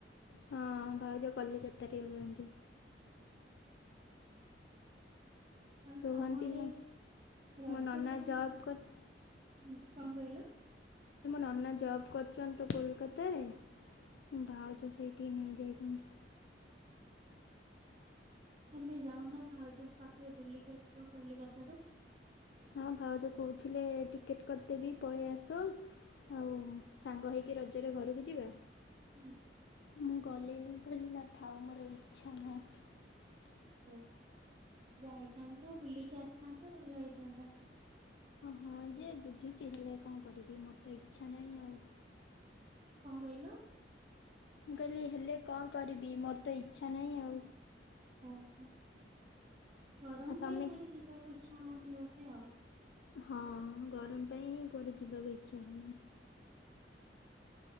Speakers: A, on the left (about 70°); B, on the right (about 35°).
A: ହଁ ଭାଉଜ କଲିକତାରେ ରୁହନ୍ତି।
B: ଆଉ
A: ରୁହନ୍ତି
B: ତମ ଆଡେ
A: ମୁଁ
B: ରଜ
A: ମୋ ନନା
B: ସବୁ
A: ଜବ୍ କରେ
B: ହୁଁ କଣ କହିଲ?
A: ନନା ଜବ୍ କରିଛନ୍ତି ତ କୋଲକାତାରେ ଭାଉଜ ସେଇଠିକି ନେଇଯାଇଛନ୍ତି
B: ତମେ ଯାଉନ ଭାଉଜଙ୍କ ପାଖରେ ବୁଲିକି ଆସିବ କଲିକତାରୁ।
A: ହଁ ଭାଉଜବକହୁଥିଲେ ଟିକେଟ୍ କରିଦେବି ପଳେଇ ଆସ ଆଉ ସାଙ୍ଗ ହେଇକି ରଜରେ ଘରକୁ ଯିବା।
B: ହୁଁ
A: ମୁଁ ଗଲିନି କହିଲି ନା ଥାଉ ମୋର ଇଚ୍ଛା ନାହିଁ।
B: ହଉ ଯାଇଥାନ୍ତ ବୁଲିକି ଆସିଥାନ୍ତ ଭଲ ହେଇଥାନ୍ତା।
A: ହଁ ଯେ ବୁଝୁଛି ହେଲେ କଣ କରିବି ମୋର ତ ଇଚ୍ଛା ନାହିଁ ଆଉ।
B: କଣ କହିଲ?
A: ମୁଁ କହିଲି ହେଲେ କଣ କରିବି ମୋର ତ ଇଚ୍ଛା ନାହିଁ ଆଉ।
B: ଓ ହୋ। ଗରମ
A: ଆଉ ତମେ
B: ପାଇଁ କୁଆଡେ ଯିବାକୁ ଇଚ୍ଛା ଇଚ୍ଛା ହଉନି ମୋତେ ଆଉ
A: ହଁ ଗରମ ପାଇଁ ହିଁ କୁଆଡେ ଯିବାକୁ ଇଚ୍ଛା ହୁଏନି।
B: <unintelligible>